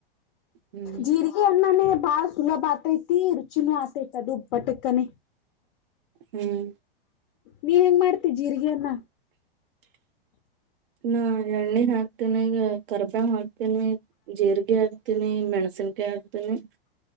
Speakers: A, on the right; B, on the left.
A: ಹ್ಮ್
B: ಜೀರಿಗೆಕೆ ಅ್ಣನ ಬಳ. ಸುಲಭ ಆತೈತಿ ರುಚಿನೂ ಆತೈತಿದು ಬಟಕ್ಕನೆ.
A: ಹ್ಮ್
B: ನೀ ಹೆಂಗ ಮಾಡ್ತೀ ಜೀರಿಗೆಯನ್ನ
A: ನಾ ಎಣ್ಣೆ ಹಾಕ್ತೇನ ಈಗ ಕರ್ಬ್ ಹಾಕ್ತಿ. ಹತನಿ ಜೀರಿಗೆ ಹಾಕ್ತೀನಿ ಮೆಣಸಿನ್ಕಾಯಿ ಹಾಕ್ತನಿ.